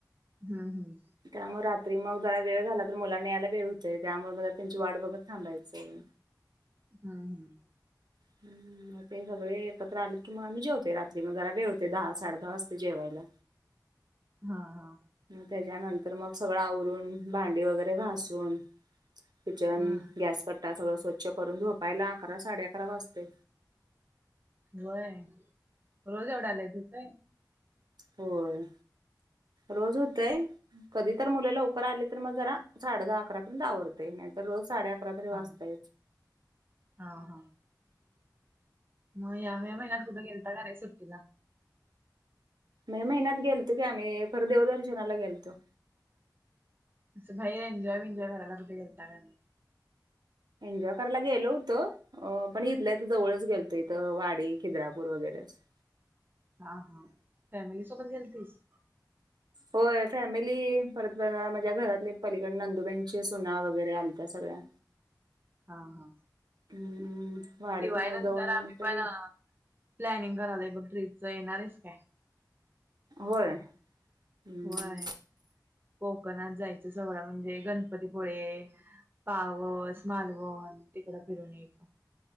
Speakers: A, on the right; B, on the right.
A: हम्, हम्म
B: त्यामुळे रात्री मग जरा वेळ झाला तर मुलांना यायला वेळ होतय त्यामुळे मग त्यांची वाट बघत थांबायचंय
A: हम्म, हम्म
B: <inaudible> ते सगळे एकत्र आले कि मग आम्ही जेवतोय रात्री मग जरा वेळ होतोय दहा, साडे दहा वाजते जेवायला
A: हा ह
B: मग त्याच्यानंतर मग सगळं आवरून भांडी वगैरे घासून किचन
A: हम्म
B: गॅस कट्टा सगळं स्वच्छ करून झोपायला अकरा साडे अकरा वाजतय
A: होय रोज एवढा होतोय
B: होय रोज होतय कधी तर मुले लवकर आली तर मग जरा साडे दहा अकरापर्यंत आवरतेय नाही रोज साडे अकरा तरी
A: हा
B: वाजातयच
A: हा हा मग ह्या मे महिन्यात कुठे गेलता का नाही सुट्टीला
B: मे महिन्यात गेल तो की आम्ही खर देवदर्शनाला गेलतो
A: असं बाहर एन्जॉय बीनजॉय करायला कुठं गेलता का नाही
B: एन्जॉय करायला गेलो होतो अ पण इथल्या इथ जवळच गेलतो इथं वाडी खिद्रापूर वगैरे असं
A: हा, हा फॅमिली सोबत गेलतीस
B: होय फॅमिली परत माझ्या घरातले पलीकड नंदुबेनची सुना वगैरे आलत सगळ्या
A: हा, हा
B: हम्म वाडीत
A: दिवाळी
B: मग
A: नंतर
B: जाऊन
A: आम्ही
B: असं
A: पण
B: की
A: प्लॅनिंग करावय बघ ट्रीपच येणार आहेस काय
B: होय हम्म.
A: होय कोकणात जायचं सगळं म्हणजे गणपतीपुळे पावस, मालवण तिकड फिरून येतो